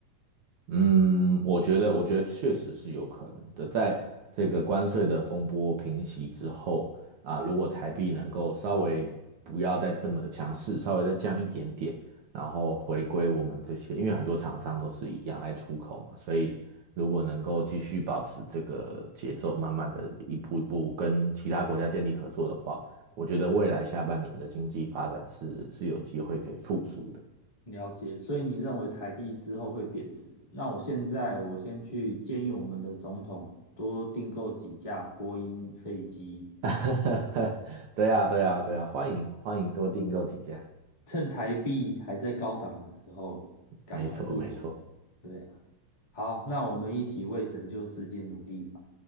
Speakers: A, on the right; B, on the left.
A: 嗯，我觉得，我觉得确实是有可能的。在这个关税的风波平息之后啊，如果台币能够稍微不要再这么的强势，稍微再降一点点，然后回归我们这些，因为很多厂商都是仰赖出口嘛，所以如果能够继续保持这个节奏，慢慢的一步一步跟其他国家建立合作的话，我觉得未来下半年的经济发展是是有机会可以复苏的。
B: 了解，所以你认为台币之后会贬值？那我现在我先去建议我们的总统多订购几架波音飞机，
A: <laughs> 对呀，对呀，对呀，欢迎欢迎多订购几家，
B: 趁台币还在高档的时候，赶快入手。
A: 没错没错。
B: 对啊，好，那我们一起为拯救世界努力吧。